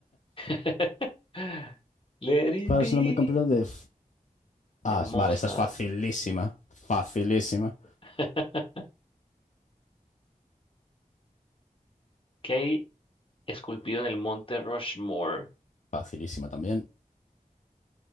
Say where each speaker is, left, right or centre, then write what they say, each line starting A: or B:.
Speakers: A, on the left; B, on the left.
A: <laughs> Let it
B: ¿Cuál
A: be
B: es el nombre completo de... F- Ah,
A: de Mozart.
B: es- vale, esta es facilísima. Facilísima.
A: <laughs> ¿Qué hay esculpido en el monte Rushmore?
B: Facilísima también.